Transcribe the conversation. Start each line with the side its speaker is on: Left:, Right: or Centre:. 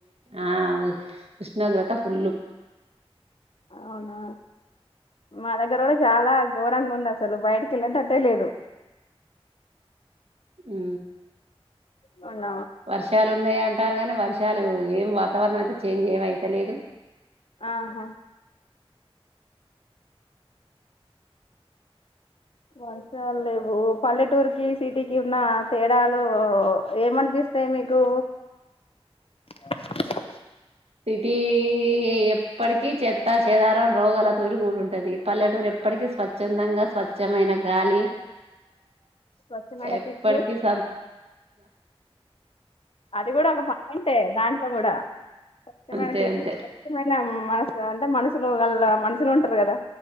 Right: ఆ అవ్వు ఉష్ణోగ్రత ఫుల్లు
Left: అవునా మా దగ్గర గూడా చాలా ఘోరంగ ఉంది అసలు, బయటికి ఎళ్ళేటట్టే లేదు.
Right: ఊ
Left: మొన్న
Right: వర్షాలు ఉన్నాయంటారు గాని వర్షాలు ఏం వాతావరణం అయితే చేంజ్ ఏం అయితలేదు
Left: ఆహ పరిసరాలు లేవు. పల్లెటూరుకిి సిటీకిి ఉన్న తేడాలు ఏమనిపిస్తయి మీకు? కు
Right: సిటీ ఎప్పటికీ చెత్త చెదారం రోగాలత్ తోటి కూడా ఉంటది, పల్లెటూరు ఎప్పటికి స్వచ్ఛందంగా స్వచ్ఛమైన గాలి
Left: స్వచ్ఛమైన
Right: ఎప్పటికి
Left: తిట్లు
Right: సం
Left: అది కూడా ఒక పాయింటే దాంట్లో కూడా. స్వచ్ఛమైన
Right: అంతే
Left: టీచ,
Right: అంతే
Left: స్వచ్ఛమైన మనసు అంటే మనుషులు గళ్ళ మనుషులు ఉంటరు కదా.